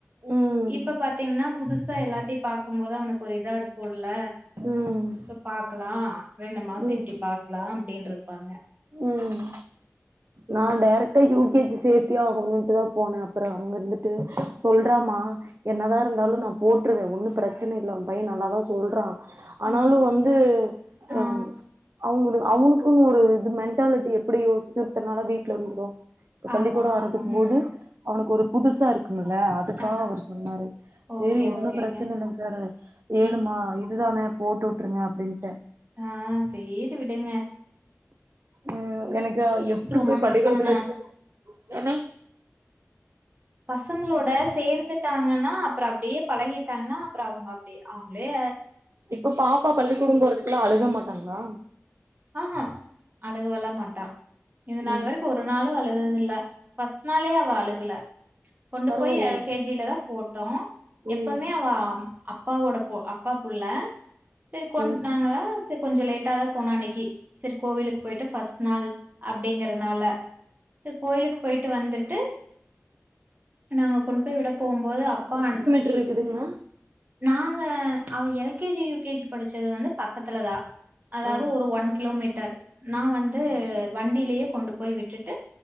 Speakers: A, on the right; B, on the right.
A: ம்
B: இப்ப பாத்தீங்னா புதுசா எல்லாத்தையு பாக்கும்போது அவனுக்கு ஒரு இதா இருக்குல்ல
A: ம்
B: சோ பாக்லா ரெண்டு மாசோ
A: ம்
B: இப்டி பாக்கலா அப்டின்றுப்பாங்க
A: ம் நா டைரெக்டா யு கே ஜி சேத்தியே ஆகணுன்ட்டுதா போன அப்றோ அங்கருந்துட்டு சொல்றமா என்னதா இருந்தாலு நா போட்டுருவ ஒன்னு பிரச்சன இல்ல உன் பையன் நல்லாதா சொல்றான் ஆனாலு
B: ம்
A: வந்து
B: ஆ
A: அ அவுங் அவனுக்குனு ஒரு இது மென்டாலிட்டி எப்டி யோசி இத்தன நாளா வீட்ல இருந்தோம் இப்ப பள்ளிக்கூடோ
B: ஆமா
A: வர்றதுக்கும்போது
B: ம்
A: அவனுக்கு ஒரு புதுசா இருக்குமல்ல அதுக்காக
B: ஆ
A: அவர் சொன்னாரு சேரி
B: ஓகே
A: ஒன்னு
B: ஓகேங்க
A: பிரச்சன இல்லைங்க சார் ஏழுமா
B: ம்.
A: இதுதானே போட்டு விட்டுருங்க அப்டின்ட்ட
B: அ சேரி விடுங்க
A: ம் எனக்கு எப்டி
B: டூ
A: போய்
B: மந்த்ஸ்
A: பள்ளிக்கூடத்துல
B: தான
A: ஸ் என்னங்
B: பசங்களோட சேர்ந்துட்டாங்னா அப்பறம் அப்டியே பழகிட்டாங்கன்னா அப்பறம் அவுங்க அப்டியே அவுங்களே
A: இப்ப பாப்பா பள்ளிக்கூடம் போறதுக்கெல்லாம் அழுக மாட்டாங்களா
B: ஆஹா அழுகல மாட்டா இதநாள்
A: ம்
B: வரை ஒரு நாளும் அழுததில்ல ஃபஸ்ட் நாளே அவ அழுகல கொண்டு
A: பரவாயில்லையே
B: போய் எல் கே ஜில தான் போட்டோம்
A: ம்
B: எப்பமே அவ அப்பாவோட அப்பா புள்ள சரி கொ
A: ம்
B: நாங்க சேர் கொஞ்சோ லேட்டா தான் போனா இன்னைக்கி சரி கோவிலுக்கு போயிட்டு ஃபர்ஸ்ட் நாள் அப்டிங்கறனால செரி கோயிலுக்கு போய்ட்டு வந்துட்டு நாங்க கொண்டு போய் விட போகும்போது அப்பா அ
A: கேக்குதுங்களா
B: நாங்க அவ L K G U K G படிச்சது வந்து பக்கத்துல தான் அதாவது
A: ம்
B: ஒரு ஒன் கிலோமீட்டர் நான் வந்து
A: ம்
B: வண்டியிலேயே கொண்டு போய் விட்டு ட்டு